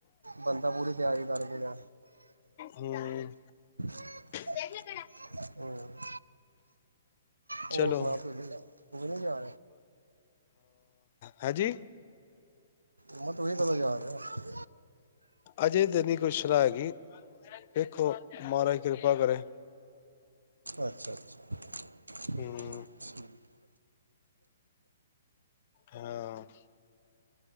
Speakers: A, on the right; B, on the left.
A: ਬੰਦਾ ਪੂਰੀ ਤਿਆਰੀ ਕਰਕੇਿਆ <unintelligible>
B: ਹਮ <unintelligible>
A: ਹਮ
B: ਚਲੋ
A: ਹੋਰ ਸੁਣਾ ਪ ਤੂੰ ਵੀ ਨ ਜਾ
B: ਹੈਾਂਜੀ
A: ਉਹ ਤੁਸੀਸੀਂ ਕਦੋਂ ਜਾ ਰਹੇ ਹੋ
B: ਅਜੇ ਤੇ ਤਾ ਨਹੀਂ ਕੋਈ ਸਲਾਹ ਹੈਗੀ ਦੇਖੋ ਮਾਹਾਰਾਜ ਕਿਰਪਾ ਕਰੇ
A: ਅੱਛਾ ਅੱਛਾ।
B: ਹਮ <inaudible>
A: ਠੀਕ
B: ਹਾਂ <inaudible>